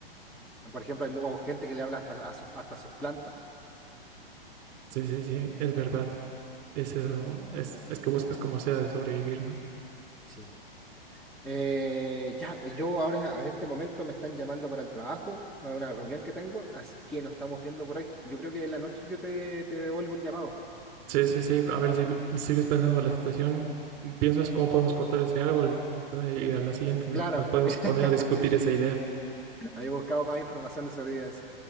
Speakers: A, in the centre; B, on the right.
A: Por ejemplo, hay mu- gente que le habla hasta a sus, hasta a sus plantas.
B: Sí, sí, sí, es verdad. Eso es, es que buscas como sea de sobrevivir, ¿no?
A: Sí. Eh, ya, yo ahora en este momento me están llamando para el trabajo, a una reunión que tengo, así que nos estamos viendo por hoy. Yo creo que en la noche yo te, te devuelvo el llamado.
B: Sí, sí, sí. A ver si sigues pensando la situación, piensas cómo podemos cortar ese árbol ¿no? y a la siguiente nos
A: Claro,
B: nos podemos
A: <laughs>
B: poner a discutir esa idea.
A: había buscado más información de sobrevivencia.